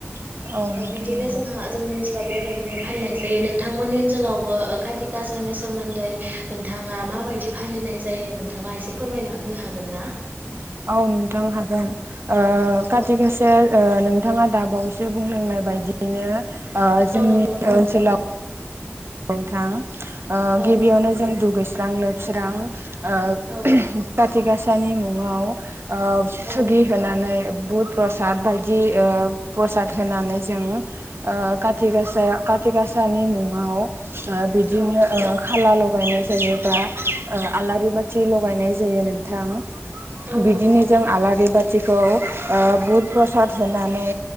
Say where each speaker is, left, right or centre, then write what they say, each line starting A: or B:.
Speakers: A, on the right; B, on the right.
A: औ
B: ओ
A: नोंथां
B: बिदिनो
A: नंगौ
B: जोंहा जोंनि ओनसोलाव बेबायदिनो फालिनाय जायो नोंथांमोननि ओनसोलावबो खाथि गासानि सोमोन्दै नोंथाङा मा बायदि फालिनाय जायो नोंथाङा एसे फोरमायना होनो हागोन ना
A: औ नोंथां हागोन ओ खाथि
B: औ
A: गासाया ओ नोंथाङा दाबावैसो जे बुंलोंनाय बायदियैनो ओ जोंनि
B: औ नंगौ नोंथां
A: ओनसोलाव नोंथां ओ
B: औ
A: गिबियावनो जों दुगैस्रां लोबस्रां ओ
B: औ
A: काटि गाासानि मुङाव ओ
B: औ
A: थुगि होनानै बुद प्रसाद बायदि ओ प्रसाद होनानै जों ओ कटि गासा काटि गासानि मुङाव ओ बिदिनो
B: औ
A: ओ खाला लगायनाय जायो बा ओ आलारि बाथि लगायनाय जायो नोंथां
B: औ
A: बिदिनो
B: नंगौ नोंथां
A: जों आलारि बाथिखौ ओ बुध प्रसाद होनानै